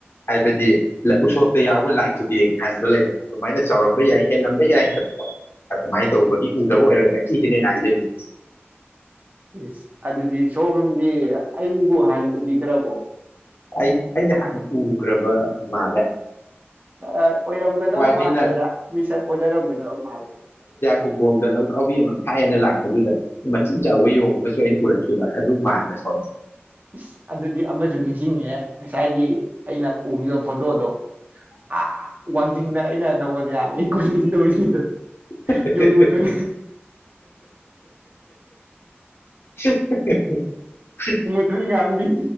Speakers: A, on the left; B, on the right.
A: ꯍꯥꯏꯕꯗꯤ ꯎꯁꯣꯞꯇ ꯌꯥꯎꯕ ꯂꯥꯏ ꯈꯨꯗꯦꯡ ꯍꯥꯏꯕ ꯂꯩꯗꯅ ꯑꯗꯨꯃꯥꯏꯅ ꯆꯥꯎꯔꯝꯕ ꯌꯥꯏ ꯍꯦꯜꯂꯝꯕ ꯌꯥꯏꯗꯅꯀꯣ ꯑꯗꯨꯃꯥꯏꯅ ꯇꯧꯕꯒꯤ ꯎꯗꯕ ꯑꯣꯏꯔꯝꯒꯅꯤ ꯁꯤꯅꯦ ꯑꯩꯅ ꯍꯥꯏꯖꯅꯤꯡꯉꯤ
B: ꯏꯁ ꯑꯗꯨꯗꯤ ꯁꯣꯝꯁꯦ ꯑꯩꯕꯨ ꯍꯥꯟꯅ ꯎꯕꯤꯗ꯭ꯔꯕꯣ
A: ꯑꯩ ꯑꯩꯗꯤ ꯍꯥꯟꯅ ꯎꯒ꯭ꯔꯕ ꯃꯥꯥꯜꯂꯦ
B: ꯑꯣꯏꯔꯝꯒꯗꯕ
A: ꯑꯩꯅ
B: ꯃꯥꯟꯗꯦꯗ ꯃꯤꯁꯛ ꯑꯣꯟꯅꯔꯝꯒꯗꯕ ꯃꯥꯜꯂꯦ
A: ꯈꯨꯝꯕꯣꯝꯗ ꯂꯧꯗ꯭ꯔꯥꯎꯕꯤ ꯑꯃ ꯐꯥꯏꯌꯦꯅ ꯂꯥꯛꯄꯗꯨꯗ ꯃꯆꯤꯟ ꯆꯥꯎꯕ ꯌꯣꯡ ꯑꯃꯁꯨ ꯑꯩꯅ ꯎꯔꯛꯈꯤꯕ ꯑꯗꯨ ꯃꯥꯟꯕ ꯁꯣꯝꯁꯦ
B: ꯏꯁ ꯑꯗꯨꯗꯤ ꯑꯃꯁꯨ ꯅꯤꯡꯁꯤꯡꯉꯦ ꯉꯁꯥꯏꯒꯤ ꯑꯩꯅ ꯎꯈꯤꯕ ꯐꯣꯇꯣꯗꯣ ꯑꯥ ꯋꯥꯡꯖꯤꯡꯗ ꯑꯩꯅ ꯅꯣꯕꯣꯗꯤꯌꯥ ꯒꯤ ꯀꯣꯆꯤꯡ ꯇꯧꯔꯤꯉꯩꯗ
A: ꯍꯦ
B: ꯌꯣꯡ
A: ꯍꯦ
B: ꯃꯊꯨꯟ
A: ꯍꯦ ꯍꯦ ꯍꯦ
B: ꯗꯨꯢ ꯉꯥꯡꯒꯤ